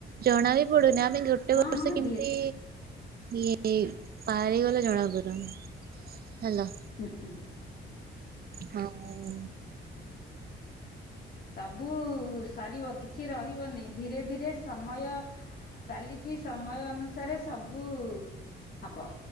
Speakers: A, on the right; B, on the left.
A: ଜଣା ବି ପଡୁନି ଆମେ ଗୋ ଗୋଟେ
B: ହଁ
A: ବର୍ଷ
B: ହଁ
A: କେମିତି
B: ଦେ
A: ଇଏ ବାହାରିଗଲେ ଜଣାପଡିବ, ହାଲୋ
B: ହୁଁ ହୁଁ।
A: ହଁ ଉଁ।
B: ସବୁ ସରିବ କିଛି ରହିବନି ଧୀରେ ଧୀରେ ସମୟ। କାଲି କି ସମୟ ଅନୁସାରେ ସବୁ ହବ।